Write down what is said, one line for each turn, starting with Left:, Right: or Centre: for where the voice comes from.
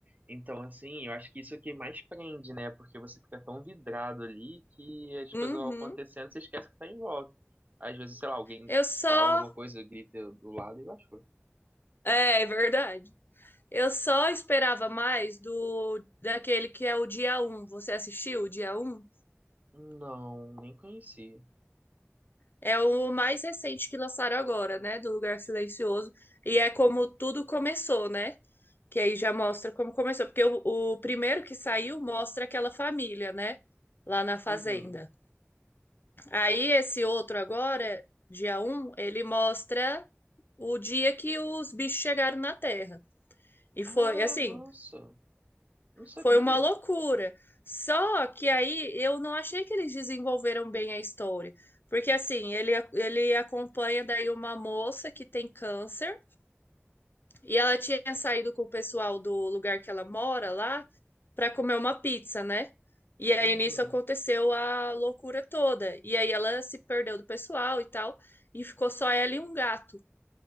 Right: Então, assim, eu acho que isso é o que mais prende, né? Porque você fica tão vidrado ali que as
Left: Uhum.
Right: coisas vão acontecendo e você esquece que tá em volta. Às vezes, sei lá, alguém
Left: Eu só.
Right: fala alguma coisa, grita do lado e eu acho.
Left: É, é verdade. Eu só esperava mais do daquele que é o dia um. Você assistiu o dia um?
Right: Não, nem conhecia.
Left: É o mais recente que lançaram agora, né? Do Lugar Silencioso. E é como tudo começou, né? Que aí já mostra como começou. Porque o, o primeiro que saiu mostra aquela família, né? Lá na fazenda.
Right: Uhum.
Left: Aí esse outro agora, dia um, ele mostra o dia que os bichos chegaram na Terra. E foi
Right: Ah,
Left: assim,
Right: nossa. Não sabia.
Left: Foi uma loucura. Só que aí eu não achei que eles desenvolveram bem a história. Porque assim, ele, ele acompanha daí uma moça que tem câncer e ela tinha saído com o pessoal do lugar que ela mora lá para comer uma pizza, né? E aí
Right: Uhum.
Left: nisso aconteceu a loucura toda. E aí ela se perdeu do pessoal e tal, e ficou só ela e um gato.